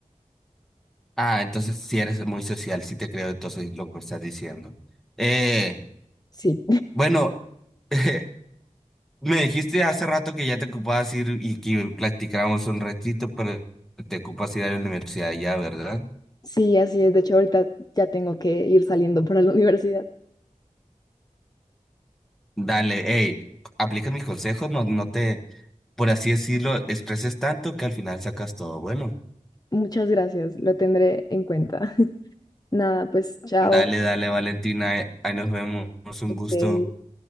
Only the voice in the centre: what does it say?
Ah, entonces sí eres muy social, sí te creo entonces lo que me estás diciendo. Eh,
bueno, <laughs> me dijiste hace rato que ya te ocupabas ir y que platicáramos un ratito, pero te ocupas ir a la universidad ya, ¿verdad?
Dale, hey, aplica mis consejos, no, no te, por así decirlo, estreses tanto que al final sacas todo bueno.
Dale, dale, Valentina, ahí ahí nos vemos, un
gusto.